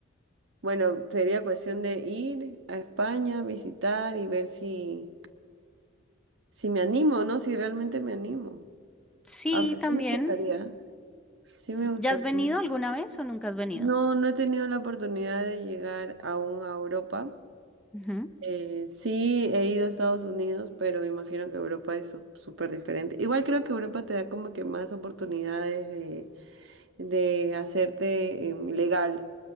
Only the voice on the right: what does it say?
bueno, sería cuestión de ir a España, visitar y ver si, si me animo, ¿no? Si realmente me animo.
Aunque
sí me gustaría. Sí me gustaría.
No, no he tenido la oportunidad de llegar aún a Europa.
Eh, sí, he ido a Estados Unidos, pero me imagino que Europa es su- súper diferente. Igual creo que Europa te da como que más oportunidades de, de hacerte em, legal,